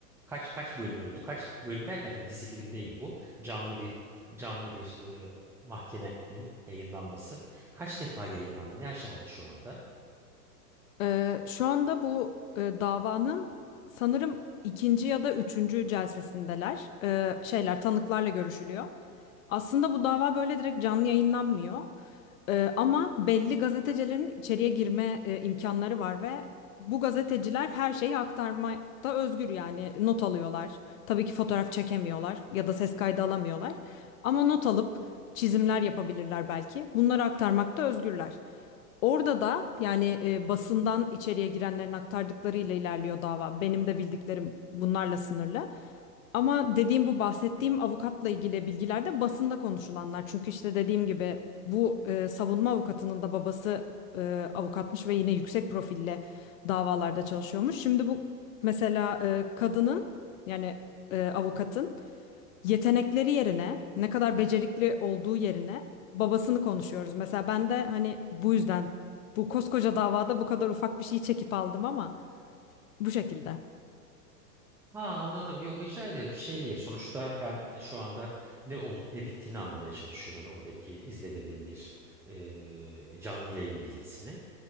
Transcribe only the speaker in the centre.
Kaç kaç bölüm oldu? Kaç bölüm derken tabii dizi film değil bu. Canlı bir canlı bir e, mahkemenin yayınlanması. Kaç defa yayınlandı? Ne aşamada şu anda?
Ha anladım. Yok rica ederim. Şey diye sonuçta ben hani, şu anda ne olup ne bittiğini anlamaya çalışıyorum. ben oradaki izlemediğim bir e, canlı yayın bilgisini.